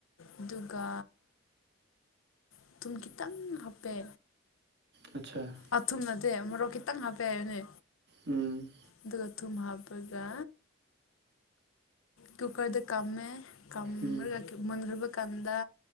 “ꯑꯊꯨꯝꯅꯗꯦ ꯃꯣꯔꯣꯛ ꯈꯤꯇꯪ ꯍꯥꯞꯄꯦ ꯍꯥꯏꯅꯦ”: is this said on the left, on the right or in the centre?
Left